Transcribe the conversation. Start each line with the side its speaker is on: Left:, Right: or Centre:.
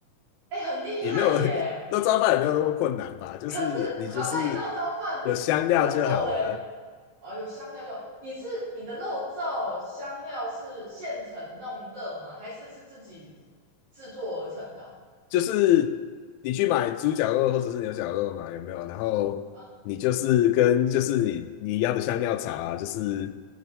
Right: 哎，很厉害耶！
Left: 也没有 <laughs> 肉燥饭也没有那么困难吧，就是你就是
Right: 可是好，那你肉燥饭
Left: 有香料就好了，
Right: 怎么做嘞？哦，有香料就你是你的肉燥香料是现成弄热吗？还是是自己制作而成的啊？
Left: 就是你去买猪脚肉或者是牛脚肉嘛，有没有？然后你就是跟就是你你要的香料茶啊，
Right: 啊
Left: 就是